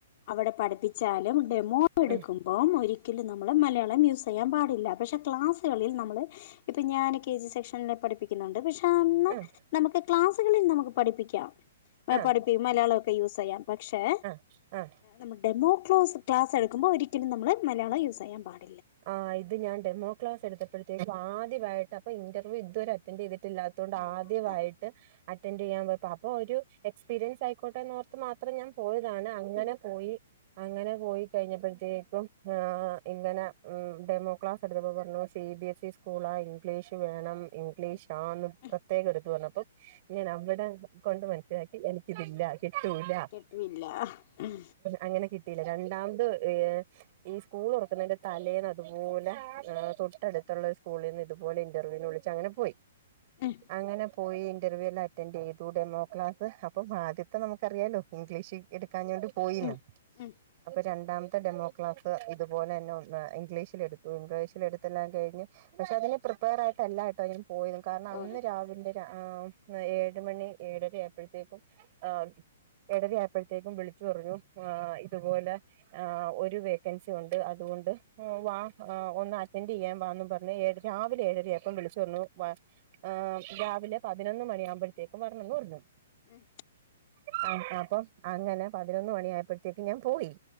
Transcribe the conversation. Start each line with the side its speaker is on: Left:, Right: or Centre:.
Left: അവിടെ പഠിപ്പിച്ചാലും ഡെമോ എടുക്കുമ്പോം
Right: ഉം
Left: ഒരിക്കലും നമ്മള് മലയാള യൂസ് ചെയ്യാൻ പാടില്ല പക്ഷെ ക്ലാസ്സ്‌കളിൽ നമ്മള് ഇപ്പം ഞാൻ കെ ജി സെക്ഷനിൽ പഠിപ്പി ക്കുന്നുണ്ട് പക്ഷെ എന്നാ
Right: ഉം
Left: നമുക്ക് ക്ലാസ്സുകളിൽ നമുക്ക് പഠിപ്പിക്കാം ആഹാ
Right: ആഹ് ആഹ്
Left: പഠിപ്പിക്കും മലയാളൊക്കെ യൂസ് ചെയ്യാം പക്ഷെ
Right: ആഹാ
Left: നമ്മൾ ഡെമോക്ലാസ് ക്ലാസ്സ്‌ എടുക്കുമ്പോ ഒരിക്കലും നമ്മൾ മലയാളം യൂസ് ചെയ്യാൻ പാടില്ല
Right: ആഹ് ഇത് ഞാൻ ഡെമോക്ലാസ് എടുത്തപ്പഴത്തേക്കും ആദ്യവായിട്ട് അപ്പൊ ഇന്റർവ്യൂ ഇതുവരെ അറ്റൻഡ് ചെയ്തിട്ടില്ലാ തൊണ്ട്
Left: ആ
Right: ആദ്യവായിട്ട്
Left: അതാ
Right: അറ്റൻഡ് ചെയ്യാൻ പോയി അപ്പോ ഒരു എക്സ്പീരിയൻസ് ആയിക്കോട്ടെ <unintelligible> മാത്രം ഞാൻ പോയതാണ് അങ്ങനെ
Left: ഉം
Right: പോയി അങ്ങനെ പോയി കഴിഞ്ഞപ്പഴത്തേക്കും ആഹാ ഇങ്ങനെ ആഹ് ഡെമോ ക്ലാസ്സ് എടുത്തപ്പോ പറഞ്ഞു സി ബി എസ് ഇ സ്കൂള ആ ഇംഗ്ലീഷ് വേണം ഇംഗ്ലീഷാന്ന്
Left: ഉം ഉം
Right: പ്രേത്യേകം എടുത്ത് പറഞ്ഞു അപ്പം ഞാൻ അവിടെ കൊണ്ട് മനസ്സിലാക്കി എനിക്കിതില്ലാന്ന് കിട്ടൂല്ലാ
Left: കേട്ടുമില്ല ഉം
Right: അങ്ങനെ കിട്ടിയില്ല രണ്ടാമത് ഈ സ്കൂൾ തുറക്കുന്നതിന്റെ തലേന്ന് അതുപോലെ തൊട്ടടുത്തുള്ള ഒരു സ്കൂളിന്ന് ഇതുപോലെ ഇന്റർവ്യൂന് വിളിച്ച് അങ്ങനെ പോയി
Left: ഉം
Right: അങ്ങനെ പോയി ഇന്റർവ്യൂ എല്ലാം അറ്റൻഡ് ചെയ്തു ഡെമോ ക്ലാസ്സ് അപ്പം ആദ്യത്തെ നമുക്കറിയാലോ ഇംഗ്ലീഷിൽ പോ എടുക്കാഞ്ഞോണ്ട് പോയിന്ന്
Left: ഉം ഉം
Right: അപ്പൊ രണ്ടാമത്തെ ഡെമോ ക്ലാസ്സ് ഇതുപോലെ തന്നെ ഒന്ന ഇംഗ്ലീഷിലടുത്തു ഇംഗ്ലീഷിലെടുത്തെല്ലാം കഴിഞ്ഞ് പക്ഷെ അതിന് പ്രിപ്പയർ ആയിട്ടല്ലാട്ടോ ഞാൻ പോയത് കാരണം
Left: പോയത്
Right: അന്ന് രാവിലെ ആഹാ ഏഴ് മണി ഏഴര ആയപ്പഴത്തേക്കും ആഹാ ഏഴര ആയപ്പഴത്തേക്കും വിളിച്ചു പറഞ്ഞു ആഹാ ഇതുപോലെ ആഹ് ഒരു വേക്കൻസി ഉണ്ട് അതുകൊണ്ട് ആ വാ ആ ഒന്ന് അറ്റൻഡ് ചെയ്യാൻ വാന്ന് പറഞ്ഞു ഏഴര രാവിലെ ഏഴരയപ്പം വിളിച്ചു പറഞ്ഞു വാ ആഹ് രാവിലെ പതിനൊന്ന് മണിയാവുമ്പഴത്തേക്കും വരണംന്ന് പറഞ്ഞു
Left: ഉം
Right: ആ അപ്പൊ അങ്ങനെ പതിനൊന്ന് മണി ആയപ്പഴത്തേക്കും ഞാൻ പോയി